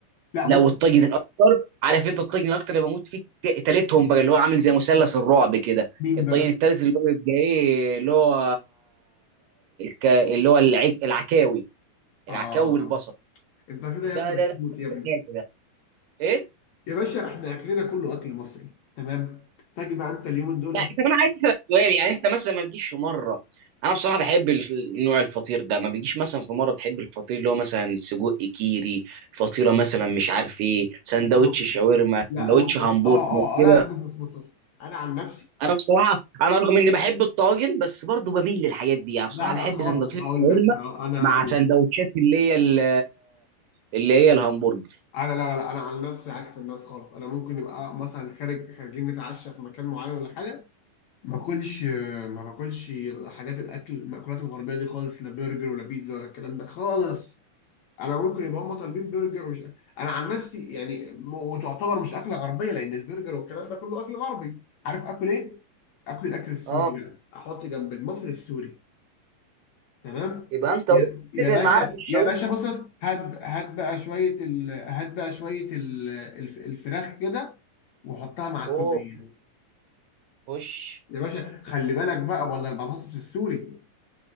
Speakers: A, on the left; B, on the right.
A: لا
B: لو
A: بص
B: الطاجن الاكتر عارف انت الطاجن الاكتر اللي بموت فيه الت- تالتهم بقى اللي هو عامل زي مثلث الرعب كده
A: مين
B: الطاجن
A: بقى؟
B: التالت اللي هو بيبقى ايه اللي هو ك- اللي هو العك... العكاوي
A: آه
B: العكاوي بالبصل
A: أنت كده
B: ده
A: يا ابني
B: ده
A: بتموت يا ابني
B: ده ده ايه؟
A: يا باشا إحنا أكلنا كله أكل مصري تمام تاجي بقى أنت اليومين دول
B: لا طب انا عايز اسالك سؤال يعني انت مثلا ما بتجيش في مره انا بصراحه بحب ال- نوع الفطير ده ما بيجيش مثلا في مره تحب الفطير اللي هو مثلا سجق كيري فطيره مثلا مش عارف ايه سندوتش
A: لا بص بص.
B: شاورما
A: لا
B: سندوتش
A: بص بص.
B: همبرجر
A: آه آه
B: كده
A: آه، لا لا بص بص بص أنا عن نفسي
B: انا بصراحه انا رغم اني بحب الطواجن بس برضو بميل للحاجات دي يعني
A: لا
B: بصراحه بحب
A: لا خالص
B: سندوتشات
A: هقول
B: الشاورما
A: لك ه- أنا
B: مع
A: هقول
B: سندوتشات
A: لك
B: اللي هي ال- اللي هي الهمبرجر
A: أنا لا لا لا أنا عن نفسي عكس الناس خالص أنا ممكن نبقى مثلا خارج خارجين نتعشى في مكان معين ولا حاجة ما باكلش ما باكلش حاجات الأكل المأكولات الغربية دي خالص لا برجر ولا بيتزا ولا الكلام ده خالص انا ممكن يبقى هم طالبين برجر ومش انا عن نفسي يعني م- وتعتبر مش اكله غربيه لان البرجر والكلام ده كله اكل غربي عارف اكل ايه اكل الاكل السوري
B: اه
A: بقى احط جنب المصري السوري تمام
B: يبقى انت
A: يا
B: قلت
A: يا
B: تتفق
A: باشا
B: معايا في الشاورما
A: يا باشا بص بص، هات هات بقى شويه ال... هات بقى شويه ال... الف- الفراخ كده وحطها مع التوميه
B: اوه خش
A: يا باشا خلي بالك بقى ولا البطاطس السوري